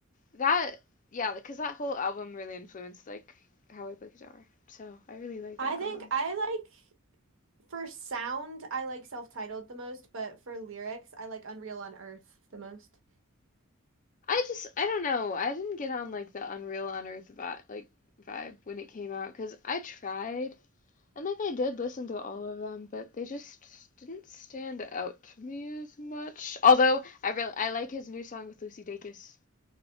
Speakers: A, on the left; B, on the right.
A: that yeah, because that whole album really influenced like how I play guitar. So, I really like
B: I
A: that
B: think
A: album.
B: I like for sound, I like self-titled the most, but for lyrics, I like Unreal on Earth the most.
A: I just I don't know. I didn't get on like the Unreal on Earth vibe like vibe when it came out 'cause I tried And like I did listen to all of them, but they just didn't stand out to me as much. Although I really I like his new song with Lucy Dacus.